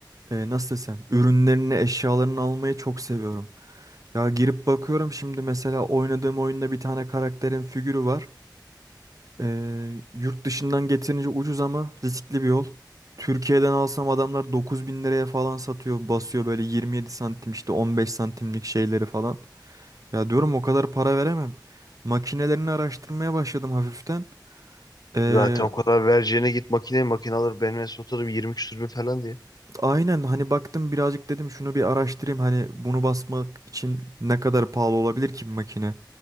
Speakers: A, on the right; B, on the left.
A: e, nasıl desem ürünlerini eşyalarını almayı çok seviyorum. Ya girip bakıyorum şimdi mesela oynadığım oyunda bir tane karakterin figürü var. Ee, yurt dışından getirince ucuz ama riskli bir yol. Türkiye'den alsam adamlar 9000 liraya falan satıyor. Basıyor böyle 27 santim işte 15 santimlik şeyleri falan. Ya diyorum o kadar para veremem. Makinelerini araştırmaya başladım hafiften. Ee,
B: Zaten o kadar vereceğine git makine makine alır. Benim en son oturdum 20 küsür bin falan diye.
A: aynen hani baktım birazcık dedim şunu bir araştırayım. Hani bunu basmak için ne kadar pahalı olabilir ki bir makine?